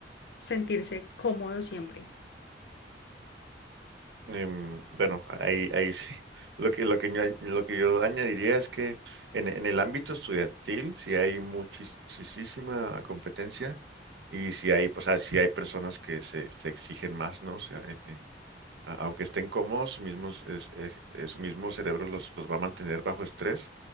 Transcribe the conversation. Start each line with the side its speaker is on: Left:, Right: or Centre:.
Left: sentirse cómodo siempre.
Right: Em, bueno, ahí, ahí sí. <laughs> Lo que, lo que yo, lo que yo añadiría es que en, en el ámbito estudiantil sí hay muchísima competencia y si hay, pues, ah, sí hay personas que se, se exigen más, ¿no? O sea, en, en- a- aunque estén cómodos, su mismo, es- es- es- eh, su mismo cerebro los, los va a mantener bajo estrés